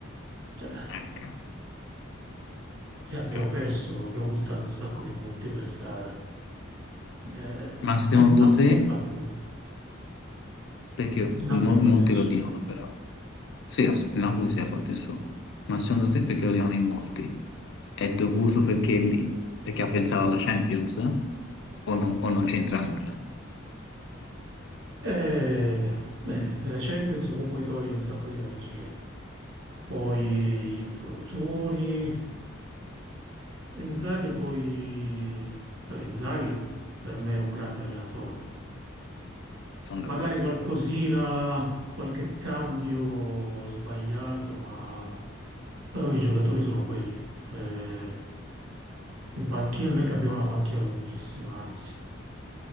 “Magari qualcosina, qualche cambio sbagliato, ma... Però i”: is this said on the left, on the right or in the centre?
Right